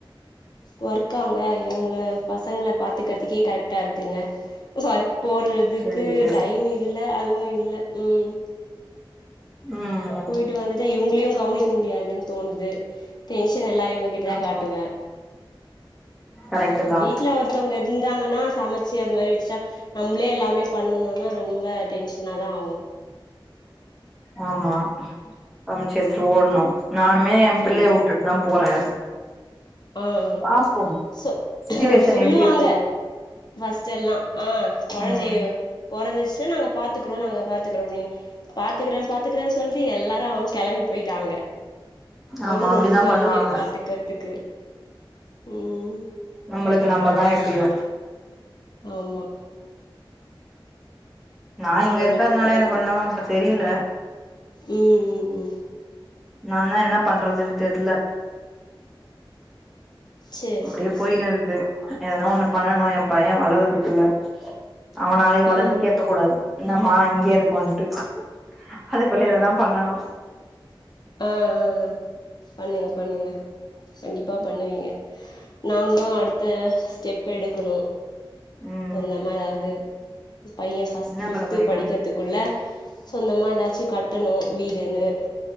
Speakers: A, on the left; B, in the centre.
A: ஒர்க்காங்க எங்கள பசங்கள பாத்துக்கறதுக்கே கரெக்ட்டா இருக்குங்க ஒர்க் போறதுக்கு
B: சேரி சேரி
A: டைம் இல்ல அதுவு இல்ல ம்
B: ம்
A: போய்ட்டு வந்துட்டா இவுங்களியு கவனிக்க முடியாதுன்னு தோணுது டென்ஷன் எல்லா இவுங்ககிட்டதா
B: ஆமா
A: காட்டுவே
B: கரெக்ட்
A: ஆமா
B: தா
A: வீட்டுல ஒருத் தவங்க இருந்தங்கன்னா சமச்சு அது மாரி வச்சா நம்பளே எல்லாமே பண்ணுன ரொம்ப டென் ஷனாதா ஆவு
B: ஆமா சமச்சி வச்சிட்டு ஓட்ணு நானுமே எ புள்ளைய
A: ஆமா
B: வுட் டுட்தா போறே
A: ஓ ஓ
B: பாப்போ
A: சொ
B: சிட்டுவேஷன்
A: சொல்லுவாங்க
B: எப்டி இருக்கு
A: ஃப்ஸ்டெல்லா ஆ கொழந்தைய
B: ம்
A: பொறந்துச்சுன்னா நாங்க பாத்துக்குறோ நாங்க பாத்துக்குறோ அப்டினு பாத்துக்குறே பாத்துக்குறேனு சொல்ட்டு எல்லாரு அவுங் கெளம்பி போய்ட்டாங்க
B: ஆமா
A: அவுங்க
B: அப்டிதா
A: அவுங்க ஃபேமிலிய
B: பண்ணுவாங்க
A: பாத்துகுறத்துக்கு ம்
B: நம்ளுக்கு நம்மதா எப்பியு
A: ஆமா
B: நா
A: அது
B: இங்க இருக்கிறதுனால
A: என்னமோ கரெக்ட்
B: எனக்கு ஒன்னு
A: தா
B: இப்ப தெரியில
A: ம் ம் ம்
B: நாந்தா என்னா பண்றதுனு தெரில
A: சேரி
B: அப்டியே
A: சேரி
B: போயினு
A: சேரி
B: இருக்கு எதுனா ஒண்ணு பண்ணணு எ பைய வளறதுக்குள்ள அவ நாளைக்கு வளந்து
A: ம்
B: கேக்க கூடாது என்னமா இங்கயே இருக்கோன்ட்டு அதுக்குள்ள எதுனா பண்ணணு
A: ஆ ஆ ஆ பண்ணுங்க பண்ணுங்க கண்டிப்பா பண்ணுவீங்க நாங்களு அடுத்த ஸ்டெப் பு எடுக்கணு
B: ம்
A: சொந்தமா எதாவது பைய ஃபஸ்
B: என்ன
A: பிஃப்து
B: பண்ண போறீங்க
A: படிக்கிறதுக் குள்ள சொந்தமா ஏதாச்சு கட்டணு வீடுனு